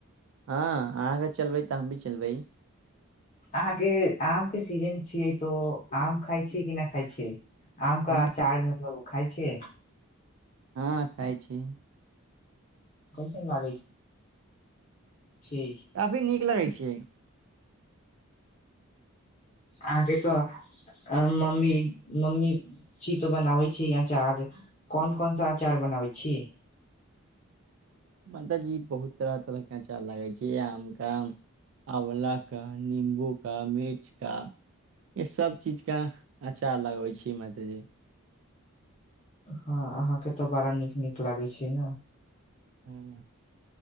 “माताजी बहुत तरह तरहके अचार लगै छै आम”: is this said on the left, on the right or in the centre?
Right